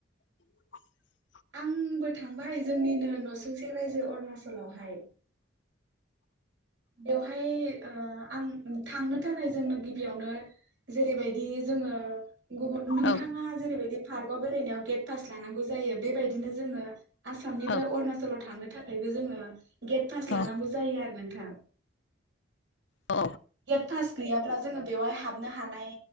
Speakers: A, on the left (about 70°); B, on the right (about 75°).
A: <inaudible>
B: आंबो थांबाय जोंनिनो नसुंसे रायजो अरुणाचलावहाय बेवहाय ओ आं थांनो थाखाय जोंनो गिबियावनो जेरैबायदि जोंङो गुबुन नोंथाङा
A: औ
B: जेरैबायदि पार्क बबावबा बेरायनायाव गेट फास लानांगौ जायो बेबायदिनो जोंङो आसामनिफ्राय
A: औ
B: अरुणाचलाव थांनो थाखायबो जोंङो गेट फास्ट
A: औ
B: लानांगौ जायो आरो नों थां
A: अ
B: गेट फासट गैयाब्ला जोंङो बेवहाय हाबनो हानाय